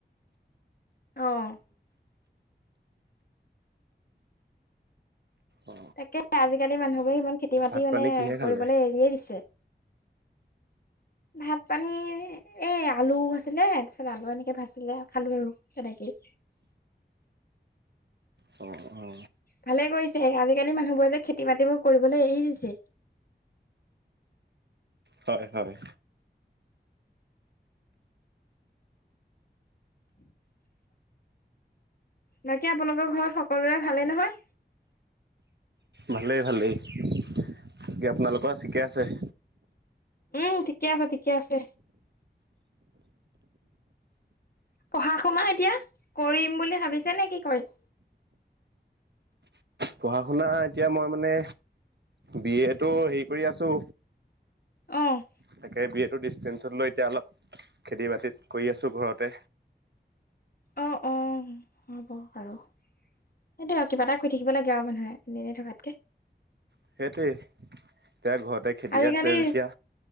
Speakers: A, on the left; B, on the right.
A: অ,
B: অ
A: তাকে আজি-কালি মানুহ বোৰে খেতি-বাতি
B: ভাত
A: মানে
B: পানী কিহে খালে
A: কৰিবলে এৰিয়ে দিছে ভাত পানী এ আলু আছিলে তাৰপছিত আলু এনেকে ভাজিলে খালোঁ আৰু। হয় নেকি।
B: অ অ,
A: ভালে কৰিছে, আজিকালি মানুহবোৰে যে, খেতি বাতিবোৰ কৰিবলৈ এৰি দিছে।
B: হয়, হয়।
A: <unintelligible> বাকী আপোনালোকৰ ঘৰত সকলোৰে ভালেই নহয়?
B: ভালেই ভালেই, বাকী আপোনালোকৰ ঠিকে আছে?
A: উম, ঠিকে আছে ঠিকে আছে। পঢ়া শুনা এতিয়া কৰিম বুলি ভাবিছে নে কি কৰিম
B: পঢ়া শুনা এতিয়া মই মানে বি এ টো সেৰি কৰি আছো।
A: অ'।
B: তাকে বি এ টো ডিষ্টেঞ্চত লৈ এতিয়া অলপ খেতি বাতিত কৰি আছোঁ ঘৰতে।
A: অ', অ' হ'ব বাৰু। সেইটো আৰু, কিবা এটা কৰি থাকিব লাগে আৰু মানুহে এনে থকাতকে।
B: সেইটোৱেই, এতিয়া ঘৰতে খেতি
A: আজিকালি
B: আছে যেতিয়া